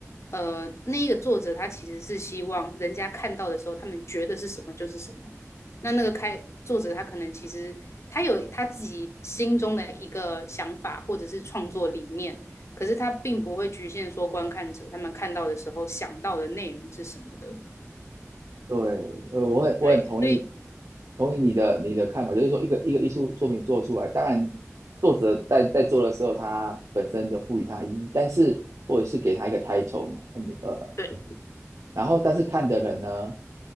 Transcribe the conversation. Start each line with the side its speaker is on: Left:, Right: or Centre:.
Left: 呃，那一个作者他其实是希望人家看到的时候，他们觉得是什么就是什么。那那个开作者他可能其实他有他自己心中的一个想法或者是创作理念，可是他并不会局限说观看者他们看到的时候想到的内容是什么的。
Right: 对，呃，我很我很同意
Left: 对，所以
Right: 同意你的你的看法，就是说一个一个艺术作品做出来，当然作者在在做的时候，他本身就赋予它意义，但是或者是给他一个 title 嘛，呃。
Left: 对
Right: 然后但是看的人呢，